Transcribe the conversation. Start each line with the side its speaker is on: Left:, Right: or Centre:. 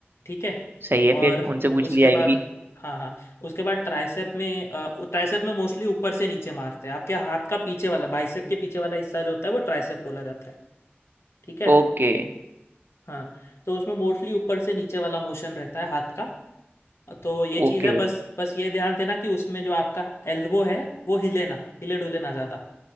Left: ठीक है
Right: सही है
Left: और
Right: फिर उनसे पूछ
Left: उसके
Right: ली जाएगी
Left: बाद हाँ हाँ उसके बाद ट्राइसेप में अ, वो ट्राइसेप में मोस्टली ऊपर से नीचे मारते हैं आपके हाथ का पीछे वाला बाइसेप के पीछे वाला हिस्सा जो होता है वो ट्राइसेप बोला जाता है ठीक है
Right: ओके
Left: हाँ तो उसमें मोस्टली ऊपर से नीचे वाला मोशन रहता है हाथ का तो ये
Right: ओके
Left: चीज़ है बस बस ये ध्यान देना कि उसमें जो आपका एल्बो है वो हिले ना हिले डुले ना ज़्यादा